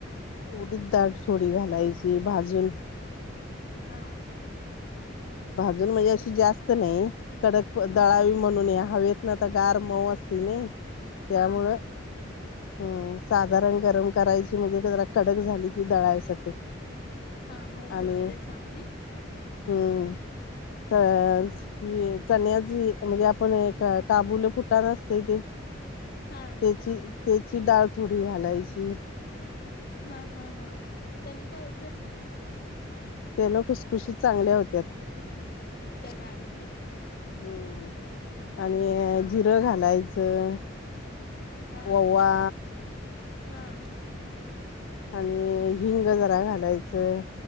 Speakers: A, on the left (about 75°); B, on the left (about 50°).
A: उडीत डाळ थोडी घालायची भाजून.
B: हा.
A: भाजून म्हणजे, अशी जास्तं नाही कडक
B: हा
A: दळावी म्ह म्हणून या हवेतन आता, गार मऊ असते नी त्यामुळं.
B: हा हा बरोबर
A: ह साधारण गरम करायची म्हणजे, जरा कडक झाली की दळायसाठी.
B: हा मग
A: आणि
B: दळते चांगली.
A: हम्म. अ ही चण्याची म्हणजे, आपण एक काबुले फुटान असते ते.
B: हा.
A: तेची, तेची डाळ थोडी घालायची.
B: हा हा हा. त्याने काय हो
A: त्यांन खुसखुशीत चांगल्या होत्यात.
B: त्या डाळीने.
A: हम्म आणि
B: हा
A: जिरं घालायचं.
B: हा
A: ओवा.
B: हा.
A: आणि हिंग जरा घालायचं.